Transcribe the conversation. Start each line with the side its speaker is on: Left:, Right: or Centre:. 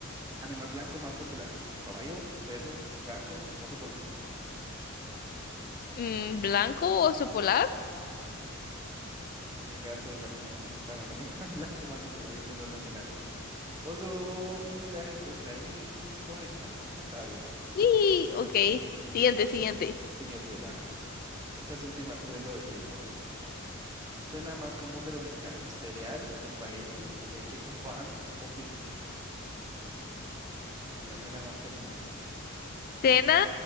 Right: Animal blanco más popular. Caballo, perro, gato, oso polar.
Left: Mm, ¿Blanco oso polar?
Right: El gato blanco, ma- bueno, el animal <laughs> blanco más popular, yo pensando en gato. Oso, y la respuesta es correcta. Esa está bien.
Left: Sí, ok. Siguiente, siguiente.
Right: Siguiente, va. Estas últimas tres lo de siento. Cena más común de los mexicanos. Cereal, espagueti, leche con pan o pizza. Eh, La cena más común.
Left: Cena.